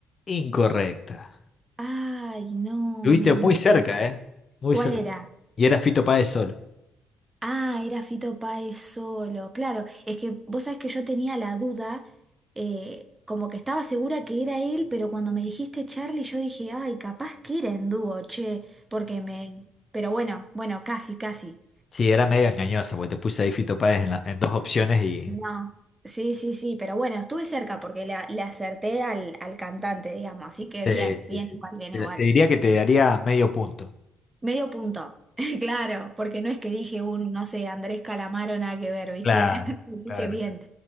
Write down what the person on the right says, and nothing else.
Ay, no,
no,
no.
pará, pará.
¿Cuál
era?
Ah, era Fito Páez solo. Claro, es que vos sabés que yo tenía la duda, eh, como que estaba segura que era él, pero cuando me dijiste Charlie, yo dije, ay, capaz que era en dúo, che, porque me. Pero bueno, bueno, casi, casi.
No. Sí, sí, sí, pero bueno, estuve cerca porque le, le acerté al, al cantante, digamos, así que
bien,
bien
igual,
bien
igual.
Medio punto, <laughs> claro, porque no es que dije un, no sé, Andrés Calamaro, nada que ver, ¿viste?
<laughs> Así
que bien,